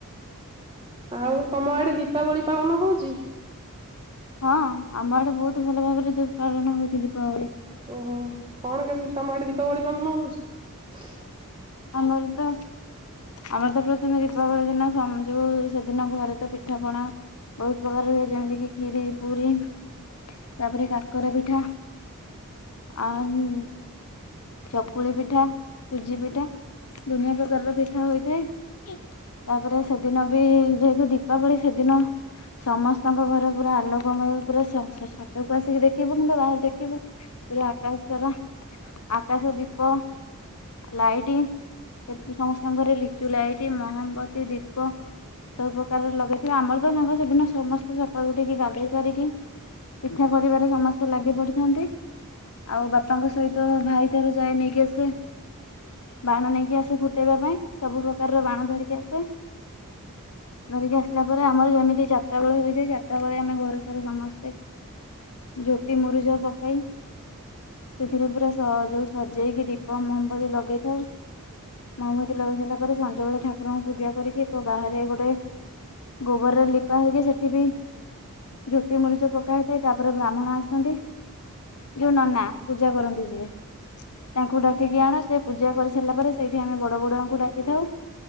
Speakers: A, on the right; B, on the left.
A: ଆଉ ତମ ଆଡେ ଦୀପାବଳି ପାଳନ ହୋଉଚି।
B: ହଁ ଆମ ଆଡେ ବହୁତ ଭଲ ଭାବରେ, ଦୀ ପାଳନ ହଉଛି ଦୀପାବଳି।
A: ଓହୋ କଣ କେମତି ତମ ଏଠି ଦୀପାବଳି ପାଳନ ହଉଛି।
B: ଆମର ତ ଆମର ତ ପ୍ରଥମେ ଦୀପାବଳି ଦିନ ସମ୍ ଯୋଉ ସେଦିନ ଘରେ ତ ପିଠାପଣା ବୋହୁତ ପ୍ରକାର ହୁଏ, ଯେମିତି କି ଖିରି ପୁରୀ ତାପରେ କାକରା ପିଠା ଆ ଉ ଚକୁଳି ପିଠା ସୁଜି ପିଠା। ଦୁନିଆ ପ୍ରକାରର ପିଠା ହୋଇଥାଏ ତାପରେ ସେଦିନ ବି ଯେହେତୁ ଦୀପାବଳି ସେଦିନ ସମସ୍ତଙ୍କ ଘରେ ପୁରା ଆଲୋକମୟ, ପୁରା ଛାତକୁ ଆସିକି ଦେଖିବୁ କିମ୍ବା ବାହାରେ ଦେଖିବୁ, ପୁରା ଆକାଶ ଶାରାା ଆକାଶ ଦୀପ ଲାଇଟ। ସେମିତି ସମସ୍ତଙ୍କଘରେ ଲିଚୁ ଲାଇଟିି ମହମବତୀ ଦୀପ ସବୁ ପ୍ରକାର ଲଗେଇଥିବେ। ଆମର ତ ସାଙ୍ଗ ସେଦିନ ସମସ୍ତେ ସକାଳୁ ଉଠିକି ଗାଧେଇ ସାରିକି ପିଠା କରିବାରେ ସମସ୍ତେ ଲାଗି ପଡିଥାନ୍ତି, ଆଉ ବାପାଙ୍କ ସହିତ ଭାଇ ତାରେ ଯାଏ ନେଇକି ଆସେ।
A: <unintelligible> ହୁଁ।
B: ବାଣ ନେଇକି ଆସେ ଫୁଟେଇବା ପାଇଁ, ସବୁ ପ୍ରକାରର ବାଣ ଧରିକି ଆସେ ଧରିକି ଆସିଲା ପରେ ଆମର ଯେମିତି ଚାରିଟା ବେଳେ ହେଇଯାଏ, ଚାରିଟା ବେଳେ ଆମେ ଘର ସାରା ସମସ୍ତେ ଝୋଟି ମୁରୁଜ ପକେଇ ସେଥିରେ ପୁରା ସ ଯୋଉ ସଜେଇକି ଦୀପ ମହମବତୀ ଲଗେଇଥାଉ। ମମୂତି ଲଗେଇ ସାରିଲା ପରେ, ସଞ୍ଜବେେଳେ ଠାକୁରଙ୍କୁ ପୂଜା କରିକି କୋ ବାହାରେ ଗୋଟେ ଗୋବରରେ ଲିପା ହୋଇକି ସେଠି ବି ଝୋଟି ମୁରୁଚ ପକା ହେଇଥାଏ, ତାପରେ ବ୍ରାହ୍ମଣ ଆସନ୍ତି ଯୋଉ ନନା ପୂଜା କରନ୍ତି ଯିଏ। ତାଙ୍କୁ ଡାକିକି ଆଣ ସେ ପୂଜା କରି ସାରିଲା ପରେ ସେଇଠି ଆମେ ବଡ଼ ବଡ଼ୁଆଙ୍କୁ ଡାକିଥାଉ,